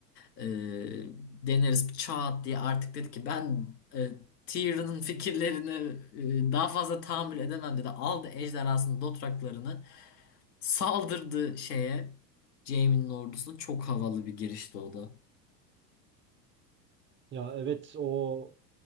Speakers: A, on the left; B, on the right.
A: Ee, Daenerys bir çat diye artık dedi ki ben e, Tyrion'un fikirlerini e, daha fazla tahammül edemem dedi. Aldı ejderhasının dotraklarını Saldırdı şeye. Jaime'nin ordusuna çok havalı bir girişti o da.
B: Ya evet o